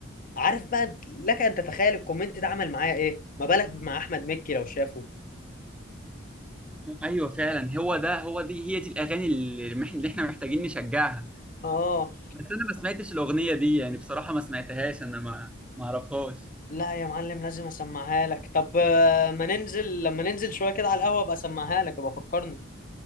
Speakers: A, on the left (about 45°); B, in the centre.
A: عارف بقى لك ان تتخيل الكومنت ده عمل معايا ايه ما بالك مع احمد مكي لو شافه
B: ايوه فعلا هو ده هو دي هي دي الاغاني اللي اللي احنا محتاجين نشجعها
A: اه
B: بس انا ما سمعتش الاغنيه دي يعني بصراحه ما سمعتهاش انا ما ما اعرفهاش
A: لا يا معلم لازم اسمعها لك طب آه، ما ننزل لما ننزل شويه كده على القهوه ابقى اسمعها لك ابقى فكرني